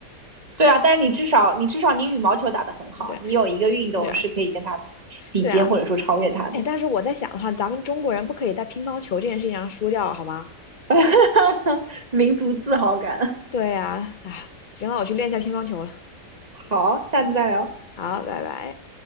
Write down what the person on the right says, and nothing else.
对啊，但是你至少你至少你羽毛球打得很好，
你有一个运动是可以跟他比比肩或者说超越他的，
<laughs> 民族自豪感。
好，下次再聊。